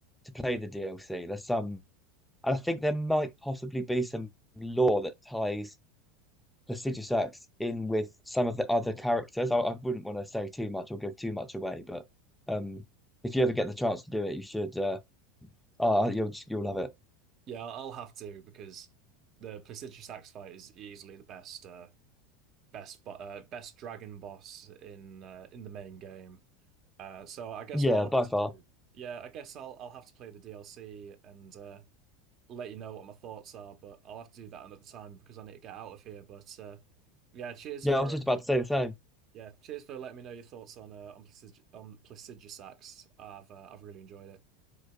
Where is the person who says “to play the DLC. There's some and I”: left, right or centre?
Centre